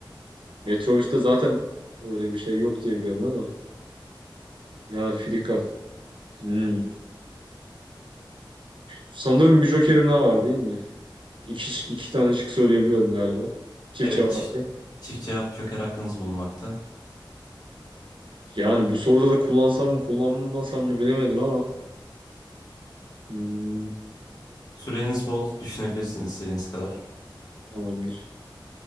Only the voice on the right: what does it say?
Metrobüste zaten öyle bir şey yok diye biliyorum ama. yani Filika. Hmm. Sanırım bir jokerim daha var değil mi? İki, iki tane şık söyleyebiliyorum galiba. Çift
cevap
hakkı.
Yani bu soruda da kullansam mı kullanmasam mı bilemedim ama. Hmm,
tamamdır.